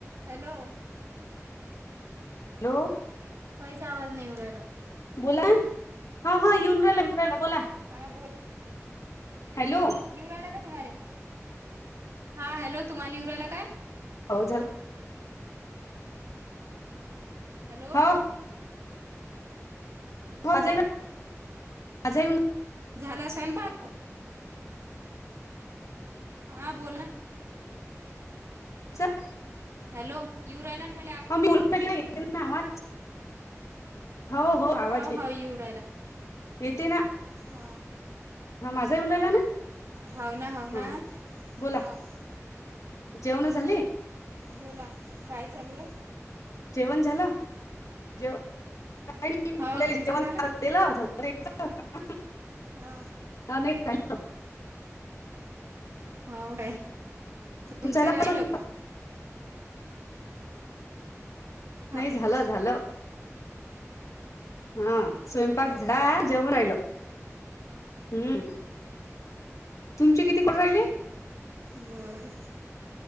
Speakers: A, on the right; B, on the left.
A: Hello.
B: Hello!
A: काहीच आवाज नई येऊ ऱ्हायला.
B: बोला. ह. ह. येऊन राहायला, येऊन ऱ्हायला बोला.
A: हा
B: हॅलो!
A: यू ऱहायला का? तुम्हाले हॅलो तुम्हाले यू ऱाहायला काय?
B: हो. झाला.
A: हॅलो!
B: हो
A: !
B: हो
A: बोला
B: माझा माझा येऊन
A: झाला स्वयंपाक. हा. बोला.
B: <inaudible>
A: हॅलो यू राहिला म
B: हाव. मी बोलून राहीले, ना येते ना आवाज. हो. हो.
A: हाव
B: आवाज..
A: हाव येऊ राहिला.
B: येते ना..
A: हा
B: हा. माझा येऊन राहिला ना.
A: हव. ना हव. ना
B: हा बोला
A: हाव..
B: जेवण झाले
A: बोला काय? चालूये.
B: जेवण झालं. सकाळी <unintelligible>
A: हाव तुमचं
B: जेवण
A: झालं?
B: <unintelligible>
A: हा.
B: <inaudible>
A: हा होय तुमच
B: तुमचा झाला
A: राहिलो?
B: स्वयंपाक
A: हाव
B: नई
A: झाला
B: झालं, झालं. हा. स्वयंपाक
A: हो
B: झाला
A: काय
B: जेऊन राहिलो. हम्म तुमचे किती? काॅल राहिले.
A: बरं